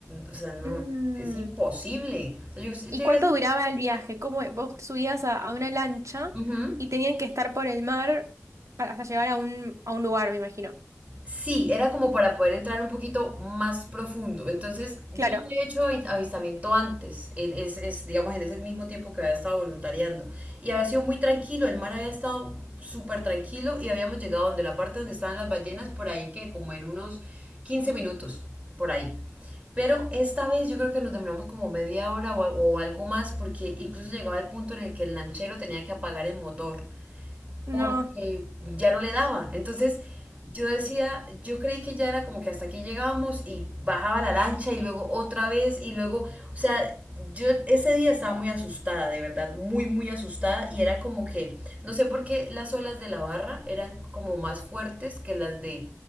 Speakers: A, on the right (about 25°); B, on the right (about 70°).
A: o sea, no,
B: Mm.
A: es imposible. O sea, yo,
B: ¿Y
A: yo
B: cuánto
A: iba
B: duraba el viaje? ¿Cómo e, vos te subías a, a una lancha
A: ujú.
B: y tenían que estar por el mar para, hasta llegar a un, a un lugar, me imagino?
A: Sí, era como para poder entrar un poquito más profundo. Entonces, yo
B: Claro.
A: ya había hecho avi- avistamiento antes, en, es, es, digamos, en ese mismo tiempo que había estado voluntariando. Y había sido muy tranquilo, el mar había estado súper tranquilo y habíamos llegado donde la parte donde estaban las ballenas, por ahí que como en unos 15 minutos, por ahí. Pero esta vez yo creo que nos demoramos como media hora o, o algo más porque incluso llegaba el punto en el que el lanchero tenía que apagar el motor
B: No.
A: porque ya no le daba. Entonces yo decía, yo creí que ya era como que hasta aquí llegábamos y bajaba la lancha y luego otra vez y luego, o sea, yo ese día estaba muy asustada, de verdad, muy, muy asustada y era como que, no sé por qué las olas de la barra eran como más fuertes que las de